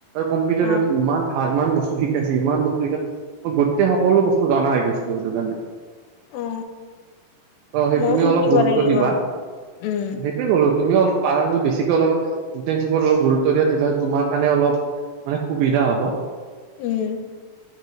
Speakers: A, on the right; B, on the left.
A: কম্পিউটাৰ
B: অ
A: ইমান ভাল ইমান বস্তু শিকাইছে ইমান বস্তু শিকাই মই গোটেই সকলো বস্তু জনা হৈ গৈছিলো সেইটো কাৰণে
B: অ
A: <inaudible> অ সেই
B: ময়ো
A: তুমি
B: শিকিব
A: অলপ গুৰুত্ব
B: লাগিব
A: দিবা
B: উম
A: সেইটোৱে কলো পাৰ যদি বেছিকে অলপ ইন্টাৰ্ণশ্বিপত অলপ গুৰুত্ব দিয় তেতিয়াহ'লে তোমা কাৰণে অলপ মানে সুবিধা হ'ব
B: উম